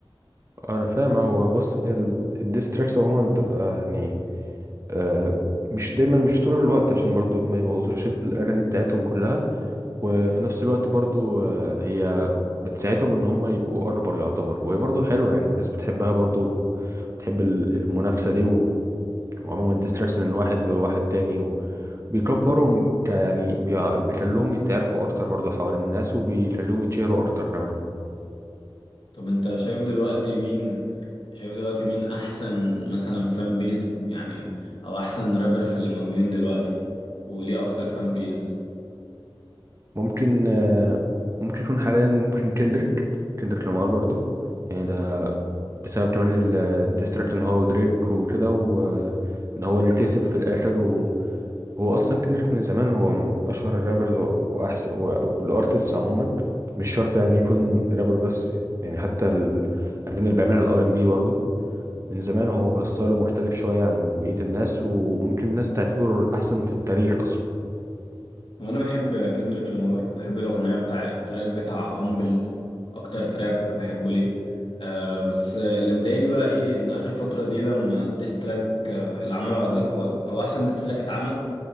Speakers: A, on the right; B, on the left.
A: انا فاهم هو بص الديستراكس عموما بتبقى يعني آه مش دايما مش طول الوقت عشان برضو ما يبوظوش الاغاني بتاعتهم كلها وفي نفس الوقت برضو آه هي بتساعدهم ان هم يبقوا اكبر يعتبر وهي برضو حلوه يعني الناس بتحبها برضو بتحب ال- المنافسه دي و- وعموما الديستراكس من واحد لواحد تاني بيكبرهم ك- يعني بيع- بيخلوهم يتعرفوا اكتر برضه حوالين الناس وبيخلوهم يتشهروا اكتر كمان
B: طب انت شايف دلوقتي مين شايف دلوقتي مين احسن مثلا فان بيز يعني او احسن رابر في اللي موجودين دلوقتي وليه اكتر فان بيز
A: ممكن آه، ممكن يكون حاليا ممكن كندريك كندريك لامار برضه يعني ده بسبب كمان الديستراكت ان هو ودريك وكده وان هو اللي كسب في الاخر وهو اصلا كندريك من زمان هو من اشهر الرابرز و- واحسن و- والارتستس عموما مش شرط يعني يكون رابر بس يعني حتى الاغاني اللي بيعملها الار ام بي من زمان هو ستايله مختلف شوية عن بقية الناس وممكن الناس تعتبره الأحسن في التاريخ أصلا
B: وانا بحب كندريك لامار وبحب الاغنيه بتاع التراك بتاع هامبل اكتر تراك بحبه ليه آه بس اللي مضايقني بقى ايه ان اخر فتره دي لما الديس تراك آه، اللي عمله على دريك هو هو احسن ديس تراك اتعمل